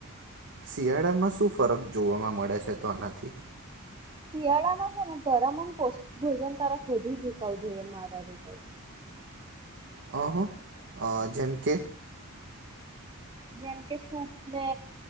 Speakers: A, on the right; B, on the right.
A: શિયાળામાં શું ફરક જોવામાં મળે છે તો આનાથી?
B: શિયાળામાં છે ને ગરમ અને પૌષ્ટિક ભોજન તરફ વધુ ઝુકાવ જોઈ મારા રીતે.
A: હ હ જેમ કે
B: જેમ કે સુપ ને